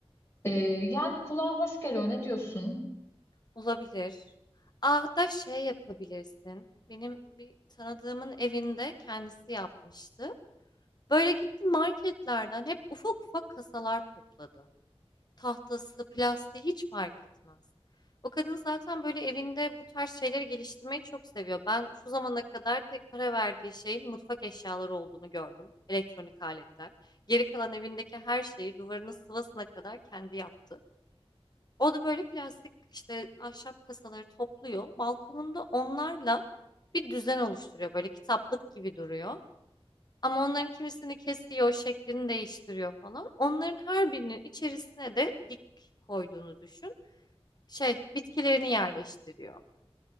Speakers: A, on the left; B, on the left.
A: E, yani kulağa hoş geliyor ne diyorsun?
B: Olabilir. Aa, hatta şey yapabilirsin. Benim bir tanıdığımın evinde kendisi yapmıştı. Böyle gitti marketlerden hep ufak ufak kasalar topladı. tahtası, plastiği hiç fark etmez. O kadın zaten böyle evinde bu tarz şeyleri geliştirmeyi çok seviyor. Ben şu zamana kadar tek para verdiği şeyin mutfak eşyaları olduğunu gördüm. Elektronik aletler. Geri kalan evindeki her şeyi duvarının sıvasına kadar kendi yaptı. O da böyle plastik işte ahşap kasaları topluyor. Balkonunda onlarla bir düzen oluşturuyor. Böyle kitaplık gibi duruyor. Ama onların kimisini kesiyor, şeklini değiştiriyor falan. Onların her birinin içerisine de dik koyduğunu düşün. Şey, bitkilerini yerleştiriyor.